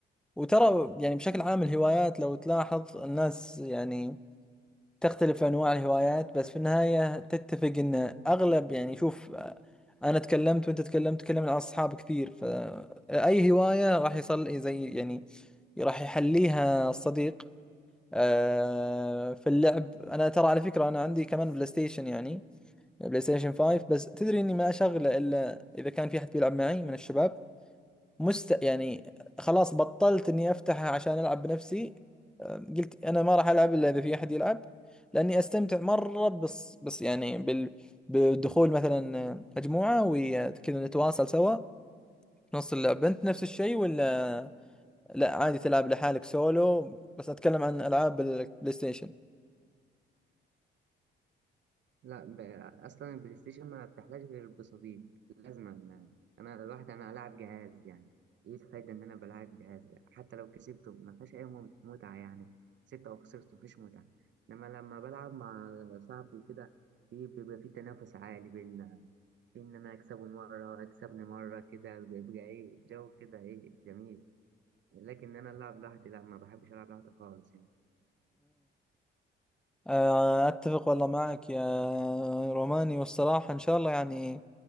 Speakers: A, in the centre; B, on the right.
A: وترى يعني بشكل عام الهوايات لو تلاحظ الناس يعني تختلف أنواع الهوايات بس في النهاية تتفق إن أغلب يعني شوف آه، أنا تكلمت وأنت تكلمت تكلمنا عن أصحاب كثير فأي هواية راح يصل زي يعني راح يحليها الصديق آه، في اللعب أنا ترى على فكرة أنا عندي كمان بلاي ستيشن يعني بلاي ستيشن 5 بس تدري إني ما أشغله إلا إذا كان في أحد بيلعب معي من الشباب مست يعني خلاص بطلت اني افتحها عشان العب بنفسي أم، قلت انا ما راح العب الا اذا في احد يلعب لاني استمتع مره بس بس يعني بال... بدخول مثلا مجموعه وكذا نتواصل سوا في نص اللعبه انت نفس الشيء ولا لا عادي تلعب لحالك سولو بس اتكلم عن العاب البلاي ستيشن
B: لا ب... أصلا البلاي ستيشن ما بتحتاج غير بصديق لازما يعني. أنا الواحد أنا ألعب جهاز يعني إيه الفايدة إن أنا بلعب جهاز حتى لو كسبته ما فيهاش أي مم- متعة يعني كسبت أو خسرت مفيش متعة إنما لما بلعب مع صاحبي كده في بيبقى في تنافس عالي بيننا في إن أنا أكسبه مرة أكسبني مرة كده بيبقى إيه جو كده إيه جميل لكن أنا ألعب لوحدي لا ما بحبش ألعب لوحدي خالص يعني
A: آه، أتفق والله معك يا روماني والصراحة إن شاء الله يعني إن